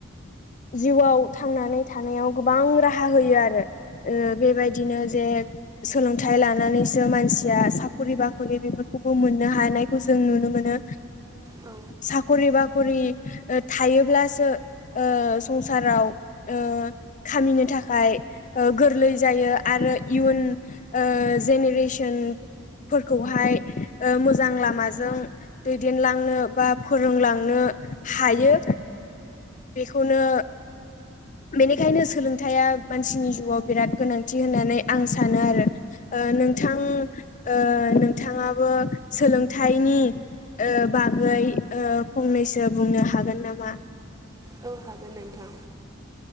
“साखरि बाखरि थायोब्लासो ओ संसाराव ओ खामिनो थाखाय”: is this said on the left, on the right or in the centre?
Left